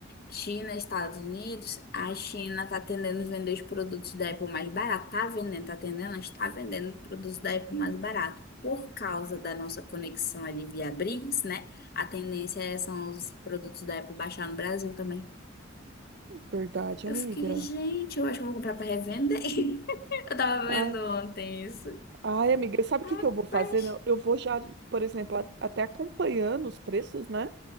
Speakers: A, on the left; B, on the right.
A: China, Estados Unidos, a China tá tendendo a vender os produtos da Apple mais barato. Tá vendendo, tá tendendo, está vendendo os produtos da Apple mais barato. Por causa da nossa conexão ali via BRICS, né? A tendência é são os produtos da Apple baixar no Brasil também.
B: Verdade,
A: Eu
B: amiga.
A: fiquei, gente, eu acho que eu vou comprar para revender. <laughs> Eu tava
B: Ah,
A: vendo ontem isso.
B: ai, amiga, sabe o
A: Rapaz,
B: que que eu vou fazer? né? Eu vou já, por exemplo, a- até acompanhando os preços, né?